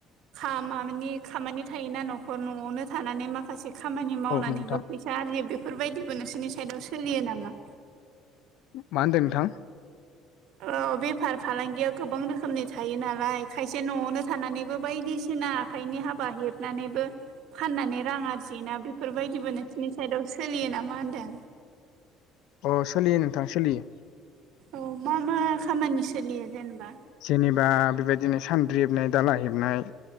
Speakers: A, on the right; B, on the left.
A: खामानि खामानि थायोना न'खर न'आवनो थानानै मा खासे खामानि मावनानैबो
B: औ नोंथां
A: फैसा आरजियो बेफोरबायदिबो नोंसोरनि साइदआव सोलियो नामा
B: मा होनदो नोंथां
A: औ बेफार फालांगियाव गोबां रोखोमनि थायो नालाय खायसे न'आवनो थानानैबो बायदिसिना आखाइनि हाबा हेबनानैबो फाननानै रां आरजियोना बेफोरबायदिबो नोंसोरनि साइदआव सोलियो नामा होनदों
B: अ सोलियो नोंथां सोलियो
A: औ मा मा खामानि सोलियो जेनेबा
B: जेनेबा बेबायदिनो सान्द्रि हेबनाय दाला हेबनाय